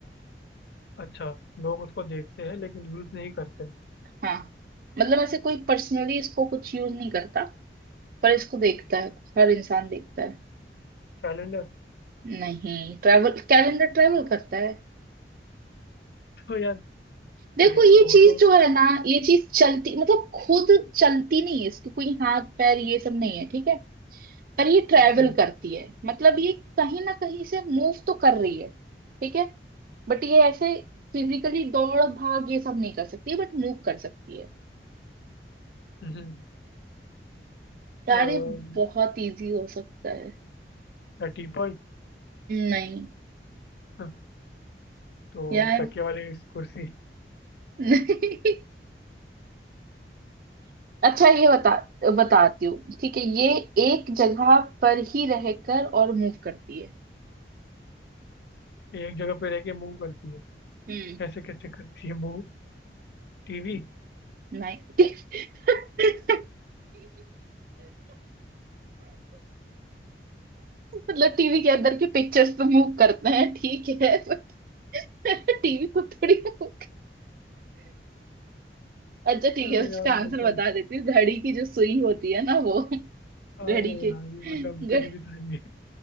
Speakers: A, on the left; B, on the right.
A: अच्छा लोग उसको देखते हैं लेकिन यूज नहीं करते
B: हाँ मतलब ऐसे कोई पर्सनली इसको कुछ यूज नहीं करता पर इसको देखता है हर इंसान देखता है
A: कैलेंडर
B: नहीं ट्रैवल कैलेंडर ट्रैवल करता है
A: तो यार
B: देखो
A: दे
B: ये
A: वो
B: चीज
A: तो
B: जो है ना ये चीज चलती मतलब खुद चलती नहीं है इसके कोई हाथ पैर ये सब नहीं है ठीक है पर ये ट्रैवल
A: ठीक है
B: करती है मतलब ये कहीं ना कहीं से मूव तो कर रही है ठीक है बट ये ऐसे फिजिकली दौड़ भाग ये सब नहीं कर सकती बट मूव कर सकती है
A: हम्म,
B: यार
A: अम,
B: ये बहुत इजी हो सकता है
A: या टीपॉय
B: नहीं
A: हाँ, तो
B: यार
A: चक्के वाली कुर्सी
B: नहीं। <laughs> अच्छा ये बता बताती हूँ ठीक है ये एक जगह पर ही रहकर और मूव करती है
A: एक जगह पे रह के मूव करती है
B: हम्म
A: ऐसे कैसे करती है मूव टीवी
B: नहीं <laughs> मतलब टीवी के अंदर के पिक्चर्स तो मूव करते हैं ठीक है बट टीवी <laughs> को थोड़ी मूव अच्छा ठीक
A: अरे
B: है उसका
A: यार मेरे
B: आंसर
A: को
B: बता देती हूँ घड़ी की जो सुई होती है ना वो घड़ी
A: अरे यार
B: के
A: ये मतलब कुछ
B: घ-
A: भी था ये